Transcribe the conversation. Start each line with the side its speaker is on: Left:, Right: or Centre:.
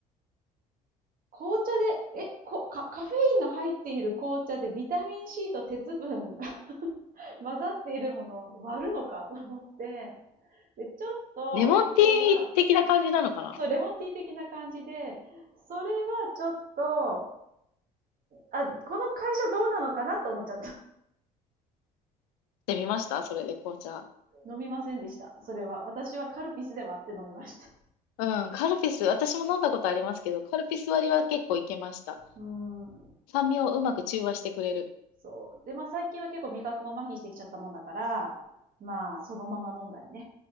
Right: 紅茶で、え、こ、カカフェインの入っている紅茶でビタミン C と鉄分が <laughs> 混ざっているものを割るのかと思って、で、ちょっと、
Left: レモンティー的な感じなのかなっ
Right: それは、そう、レモンティー的な感じで、それはちょっと、あ、この会社どうなのかなと思っちゃった。
Left: てみましたそれで紅茶。
Right: 飲みませんでした。それは。私はカルピスで割って飲みました。
Left: うん、カルピス、私も飲んだことありますけど、カルピス割りは結構いけました。
Right: うーん。
Left: 酸味をうまく中和してくれる。
Right: そう。で、まあ最近は結構味覚も麻痺してきちゃったもんだから、まあそのまま飲んだりね。